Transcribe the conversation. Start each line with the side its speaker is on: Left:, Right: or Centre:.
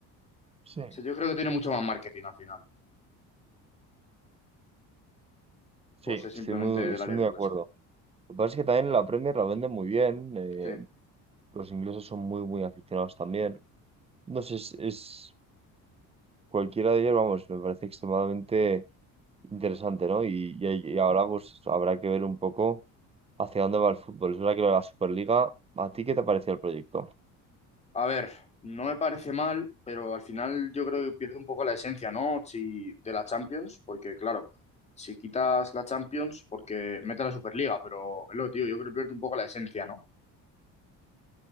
Right: Sí.
Left: O sea, yo creo que tiene mucho más marketing al final,
Right: Sí,
Left: por ser simplemente
Right: estoy muy,
Left: de
Right: estoy
Left: la liga
Right: muy
Left: inglesa.
Right: de acuerdo. Lo que pasa es que también la Premier la venden muy bien, eh,
Left: Sí.
Right: los ingleses son muy, muy aficionados también. No sé, es, es- cualquiera de ellos, vamos, me parece extremadamente interesante, ¿no? Y, y, ahí- y ahora pues habrá que ver un poco hacia dónde va el fútbol. Es verdad que lo de la Superliga, ¿a ti qué te pareció el proyecto?
Left: A ver, no me parece mal, pero al final yo creo que pierde un poco la esencia, ¿no? Si, de la Champions, porque claro, si quitas la Champions, porque mete la Superliga, pero es lo que te digo, yo creo que pierde un poco la esencia, ¿no?